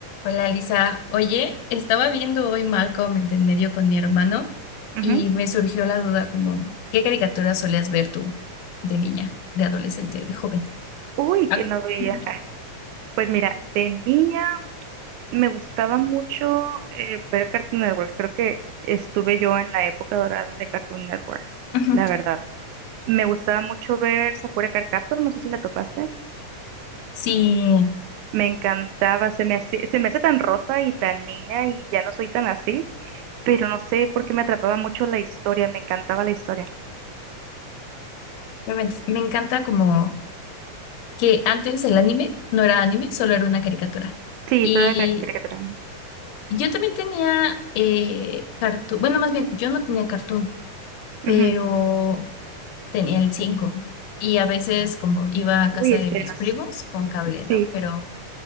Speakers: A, on the left (about 80°); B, on the right (about 80°).
A: Hola Lisa, oye, estaba viendo hoy Malcolm en el del medio con mi hermano
B: Ujú.
A: y me surgió la duda como, ¿qué caricaturas solías ver tú de niña, de adolescente, de joven?
B: Uy,
A: Ah,
B: que no veía.
A: ujú,
B: <laughs> Pues mira, de niña me gustaba mucho eh, ver Cartoon Network. Creo que estuve yo en la época dorada de Cartoon Network,
A: ujú.
B: la verdad. Me gustaba mucho ver Sakura Card Captor, no sé si la topaste.
A: Sí,
B: Me encantaba, se me hace, se me hace tan rosa y tan niña y ya no soy tan así, pero no sé por qué me atrapaba mucho la historia, me encantaba la historia.
A: obviamente, me encanta como que antes el anime no era anime, solo era una caricatura.
B: Sí,
A: Y
B: historia de car- caricatura.
A: yo también tenía eh, cartoon, bueno, más bien, yo no tenía cartoon, pero
B: Ujú.
A: Tenía el 5 y a veces como iba a
B: Uy,
A: casa
B: estrenos.
A: de mis primos con cable,
B: Sí.
A: ¿no? Pero